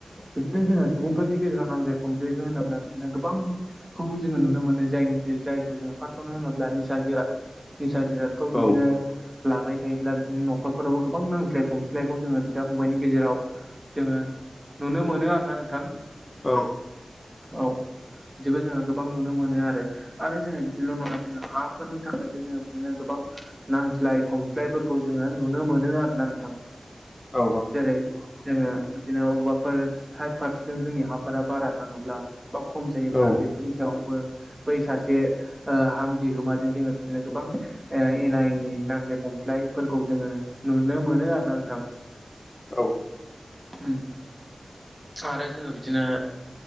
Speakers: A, on the right; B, on the left.
A: बिदिनो जोंहा सुबुंफोरनि गेजेराव नांज्लाय खमज्लायखौ होनोब्ला बिदिनो गोबां, खौ जोङो नुनो मोनो जाय जायखौ जो फार्सआवनो होनोब्ला निसा जिराद निसा जिरादखौ बिदिनो
B: औ
A: लाबाय थायोब्ला बिदिनो न'ख न'खरफोरावबो गोबां नांज्लाय खमज्लायखौ जोङो बिदा फंबायनि गेजेराव, जोङो नुनो मोनो आरोना नोंथां,
B: औ
A: औ बिदिखौ जोङो गोबां नुनो मोनो आरो आरो जोङो बिदिल' नङा जोङो हाफोरनि थाखायबो जोङो बिदिनो गोबां, नांज्लाय खमज्लायफोरखौ जोङो नुनो मोनो आरो ना नोंथां
B: औ
A: जेरै जोङो बिदिनो अबाफोर साइड फारजों जोंनि हाफोरा बारा थाङोब्ला बा खम जायोब्ला
B: औ
A: बेफोरनि सायावबो बै सासे ओ हा बिगोमाजों जोङो बिदिनो गोबां ओ एना एनि नांज्लाय खमज्लाय फोर खौ जोङो नुनो मोनो आरो ना नोंथां
B: औ
A: उम आरो जोङो बिदिनो